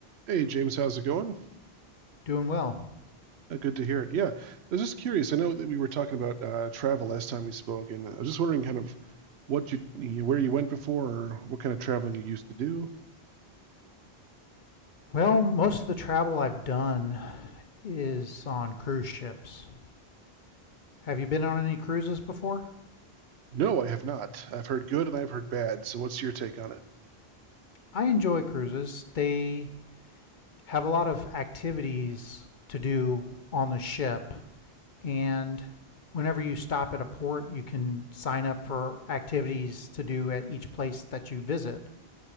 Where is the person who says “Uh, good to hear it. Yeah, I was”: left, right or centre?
Right